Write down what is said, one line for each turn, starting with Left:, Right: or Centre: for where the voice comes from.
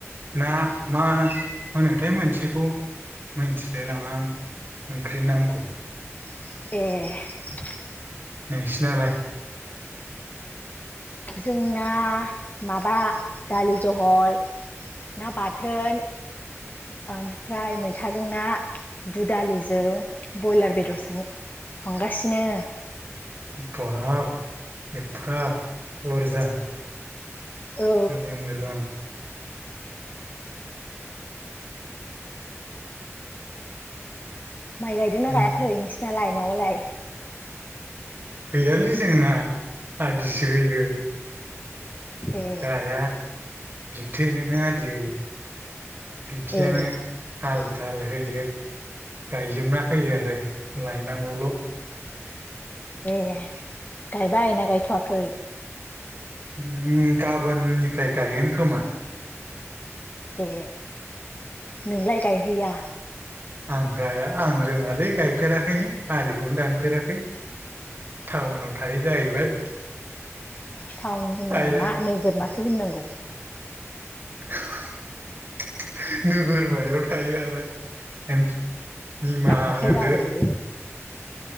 Right: ना मा होनो होनोथाय मोनसेखौ। मिन्थिलाय लाङा आं ओंख्रिनि नामखौ।
Left: ए।
Right: नोंसिनालाय?
Left: जोंना माबा दालि जहल ना बाथोन ओमफ्राय मैथाजों ना दुदालिजों बयलार बेदरजों संगासिनो।
Right: बाब एफा बुर्जा
Left: औ
Right: मोजां मोजां।
Left: माइ गायदोंना
Right: उम
Left: गायाखै नोंसिनालाय न'आवलाय?
Right: गैयालै जोंना आदिसो होयो।
Left: ए
Right: गाया बिबथैनोनो आदि होयो। बिबथियानो
Left: ए
Right: हाल थाल होयो गायजोबना फैयो आरो लायनांगौल'।
Left: ए गायबाय ना गायथ'वाखै?
Right: उम गाबोननिफ्राय गायगोन खोमा
Left: ए नोंलाय गायहैया?
Right: आं गाया आं रोंङालै गायफेराखैनो आलिखौनो दानफेराखै टाउनाव थायो जाहैबाय।
Left: टाउन होना
Right: आइआ
Left: मा नोगोरमासो होननांगौ।
Right: हो हो हो हो हो नोगोरमायाव थायोनालाय। निमाहा
Left: दानख'
Right: होदो।
Left: जागोन बेयो